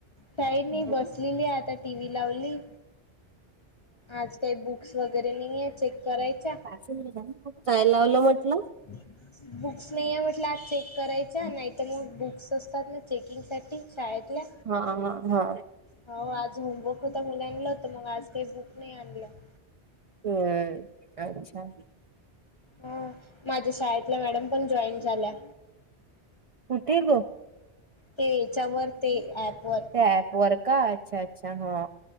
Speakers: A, on the left; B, on the right.
A: काही नाही
B: हा
A: बसलेली आता टी व्ही लावली आज काही बुक्स वगैरे नाही आहे चेक करायच्या.
B: काय लावलं म्हटलं?
A: <unintelligible> बुक्स नाही आहे म्हटलं आज चेक करायच्या नाहीतर मग बुक्स असतात ना चेकिंगसाठी शाळेतल्या
B: हा हा हा
A: हो आज होमवर्क होता मुलांला होत मग आज काही बुक नाही आणलं.
B: हम् अच्छा
A: हा माझ्या शाळेतल्या मॅडम पण जॉईन झाल्या.
B: कुठे ग?
A: ते याच्यावर ते ऍपवर
B: ऍप वर का अच्छा अच्छा हा